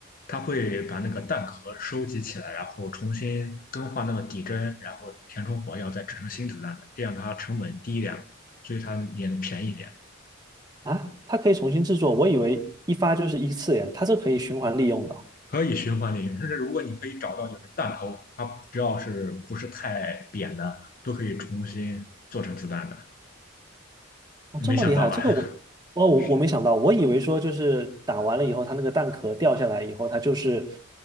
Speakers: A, on the left; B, on the right.
A: 它会把那个弹壳收集起来，然后重新更换那个底针，然后填充火药，再制成新子弹的，这样它成本低一点，所以它也能便宜一点，
B: 啊，它可以重新制作，我以为一发就是一次耶，它这可以循环利用的，
A: 可以循环利用。但是如果你可以找到就是弹头，它只要是不是太扁的，都可以重新做成子弹的。
B: 哦，
A: 没想到吧？
B: 这么厉害，这个我我我我没想到，
A: <laughs> 是的，
B: 我以为说就是打完了以后，它那个弹壳掉下来以后，它就是